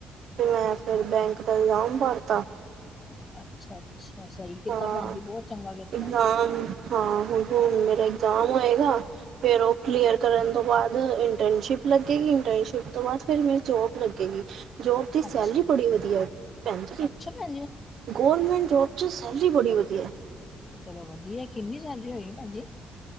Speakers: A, on the right; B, on the left.
A: ਤੇ ਮੈਂ ਫਿਰ ਬੈਂਕ ਨਾਮ ਭਰਤਾ
B: ਅੱਛਾ ਅੱਛਾ, ਸਹੀ ਕੀਤਾ
A: ਹਾਂ
B: ਭੈਣ ਜੀ ਬਹੁਤ ਚੰਗਾ ਕੀਤਾ
A: ਇਗਜ਼ਾਮ ਹਾਂ, ਹੁਨ ਹੁਨ ਮੇਰਾ ਏਗਜ਼ਾਮ ਹੋਏਗਾ ਫਿਰ ਉਹ ਕਲੀਅਰ ਕਰਨ ਤੋਂ ਬਾਅਦ ਇੰਟਰਨਸ਼ਿਪ ਲੱਗੇਗੀ। ਇੰਟਰਨਸ਼ਿਪ ਤੋਂ ਬਾਅਦ ਫਿਰ ਮੇਰੀ ਜੋਬ ਲੱਗੇਗੀ ਜੋਬ ਦੀ
B: ਅੱਛਾ,
A: ਸੈਲਰੀ ਬੜੀ ਵਧੀਆ ਭੈਨ ਜੀ,
B: ਅੱਛਾ ਭੈਣ ਜੀ
A: ਗੌਰਮੈਂਟ ਜੋਬ ਸੈਲਰੀ ਬੜੀ ਵਧੀਆ
B: ਚਲੋ ਵਧੀਆ, ਕਿੰਨੀ ਸੈਲਰੀ ਹੋਏਗੀ ਭੈਨ ਜੀ